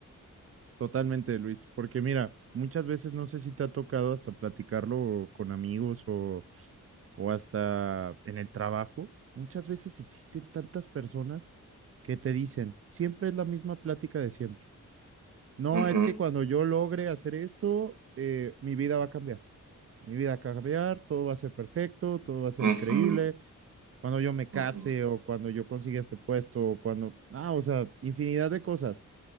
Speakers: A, on the right (about 45°); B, on the right (about 85°).
A: Totalmente, Luis, porque mira, muchas veces no sé si te ha tocado hasta platicarlo con amigos o o hasta en el trabajo, muchas veces existen tantas personas que te dicen, siempre es la misma plática de siempre. No,
B: Ujú,
A: es que cuando yo logre hacer esto, eh, mi vida va a cambiar. Mi vida va a cambiar, todo va a ser perfecto, todo va a ser
B: ujú,
A: increíble. Cuando yo me case
B: ujú.
A: o cuando yo consiga este puesto o cuando, ah, o sea, infinidad de cosas